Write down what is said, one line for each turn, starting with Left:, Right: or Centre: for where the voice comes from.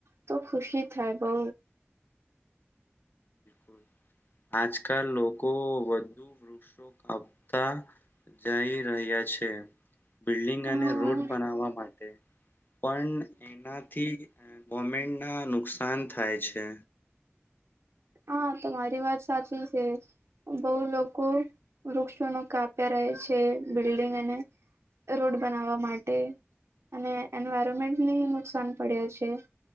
Right: તો ખુશી થાય બઉ
Left: <inaudible> આજકાલ લોકો વ વધુ વૃક્ષો આપતા જાઈ રહ્યા છે. બિલ્ડિંગ
Right: હા
Left: અને રોડ બનાવવા માટે. પણ એનાથી ગવમેન્ટ ના નુકસાન થાય છે.
Right: હા, તમારી વાત સાચી છે. બઉ લોકો વૃક્ષોને કાપ્યા રહે છે બિલ્ડિંગ અને રોડ બનાવવા માટે અને એન્વાયરમેન્ટને નુકસાન પડ્યા છે